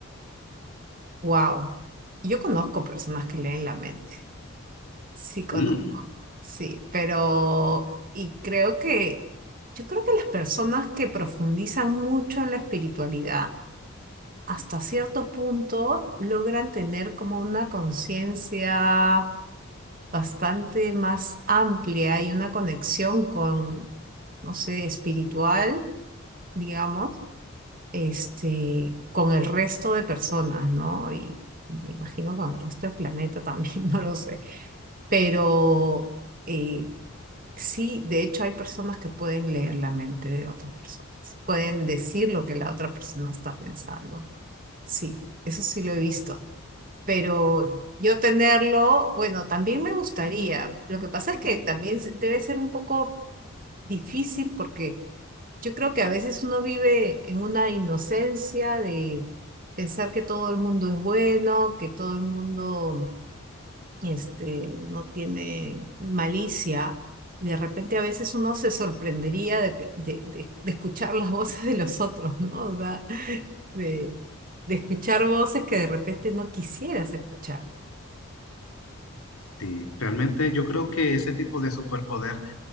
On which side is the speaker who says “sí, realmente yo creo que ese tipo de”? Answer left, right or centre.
Left